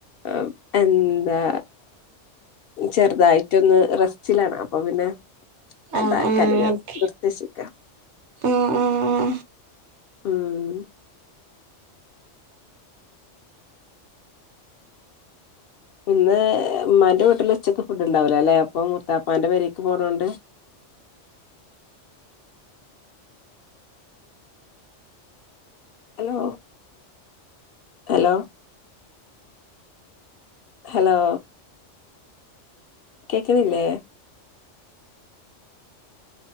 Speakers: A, on the left; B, on the right.
A: ഉം എന്താ ചെറുതായിട്ടൊന്ന് റസ്റ്റിലാണ് അപ്പൊ പിന്നെ
B: ആഹ്
A: താൽക്കാലികം
B: ഓക്കെ
A: നിർത്തി വെച്ചേക്ക
B: ആഹ് ആഹ് ആഹ്
A: ഉം ഇന്ന് ഉമ്മാന്റെ വീട്ടില് ഉച്ചക്ക് ഫുഡ് ഉണ്ടാവല അല്ലേ അപ്പൊ മുത്താപ്പന്റെ പേരെക്ക് പോകണൊണ്ട് ഹലോ ഹലോ ഹലോ കേക്കണിലേ